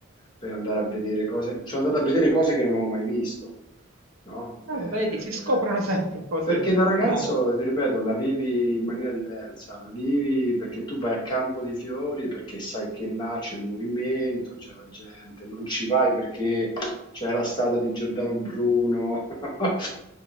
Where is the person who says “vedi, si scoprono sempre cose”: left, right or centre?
Right